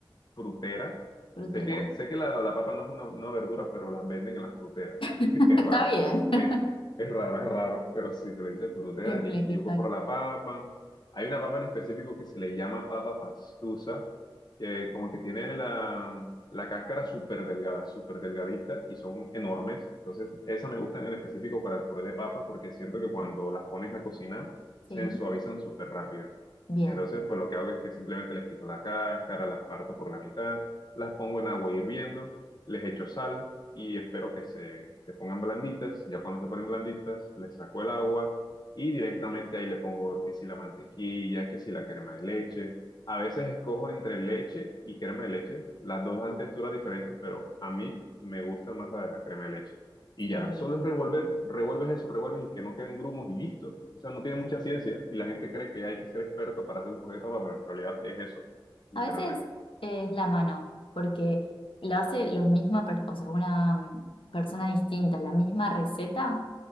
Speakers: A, on the left; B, on the left.
A: frutera.
B: Frutera.
A: Sé que, sé que la, la papa no es una, una verdura, pero las venden en las fruteras.
B: <laughs>
A: <laughs> Es
B: Está
A: raro.
B: bien. <laughs>
A: Es, es raro, es raro, pero sí se le dice fruteras
B: Simplificar.
A: y, y yo compro la papa. Hay una papa en específico que se le llama papa pastusa, que como que tiene la, la cáscara súper delgada, súper delgadita y son enormes. Entonces, esas me gustan en específico para el puré de papa porque siento que cuando las pones a cocinar, se
B: Sí,
A: suavizan súper rápido.
B: bien.
A: Entonces, pues lo que hago es que simplemente les quito la cáscara, las parto por la mitad, las pongo en agua hirviendo, les echo sal y espero que se, se pongan blanditas. Ya cuando se ponen blanditas, les saco el agua y directamente ahí le pongo que si la mantequilla, que si la crema de leche. A veces escojo entre leche y crema de leche. Las dos dan texturas diferentes, pero a mí me gusta más la de la crema de leche. Y
B: Sí.
A: ya, solo es revolver, revuelves eso, revuelves y que no queden grumos y listo. O sea, no tiene mucha ciencia y la gente cree que hay que ser experto para hacer un proyecto, pero en realidad es eso, literalmente.
B: A veces es la mano, porque lo hace lo misma, per- o sea, una mm, persona distinta, la misma receta